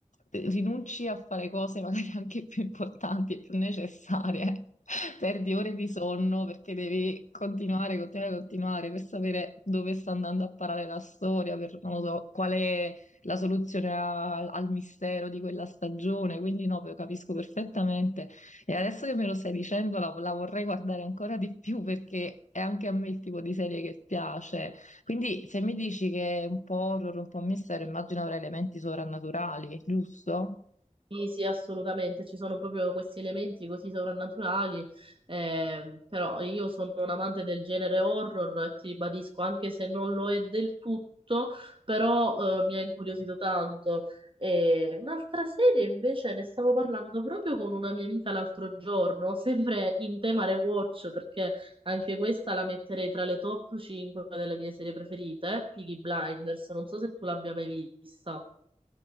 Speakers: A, on the left; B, on the right.
A: rinunci a fare cose magari anche più importanti e più necessarie. <laughs> Perdi ore di sonno perché devi continuare, continuare, continuare per sapere dove sta andando a parare la storia, per non lo so, qual è la soluzione a- al mistero di quella stagione. Quindi no, lo capisco perfettamente. E adesso che me lo stai dicendo, la, la vorrei guardare ancora di più perché è anche a me il tipo di serie che piace. Quindi se mi dici che è un po' horror, un po' mistero, immagino avrà elementi sovrannaturali, giusto?
B: Sì, sì, assolutamente, ci sono proprio questi elementi così sovrannaturali, eh, però io sono un amante del genere horror, e ti ribadisco, anche se non lo è del tutto, però eh, mi ha incuriosito tanto. E un'altra serie invece ne stavo parlando proprio con una mia amica l'altro giorno, <laughs> sempre in tema rewatch, perché anche questa la metterei tra le top 5 delle mie serie preferite, Peaky Blinders, non so se tu l'abbia mai vista.